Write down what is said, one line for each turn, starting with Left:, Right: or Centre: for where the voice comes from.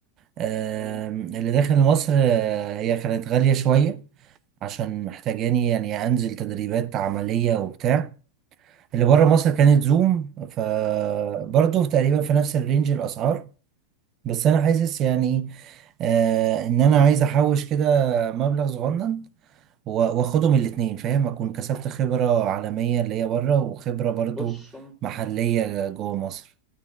Right: آم،
Centre: مم.
Right: اللي داخل مصر آه، هي كانت غالية شوية عشان محتاجاني يعني انزل تدريبات عملية وبتاع اللي بره مصر كانت زوم فبرضو تقريبا في نفس الرينج الاسعار بس انا حاسس يعني آه ان انا عايز احوش كده مبلغ صغنن و-
Centre: مم.
Right: واخدهم الاتنين فاهم اكون كسبت خبرة عالمية اللي هي بره وخبرة برضو
Centre: بص
Right: محلية جوه مصر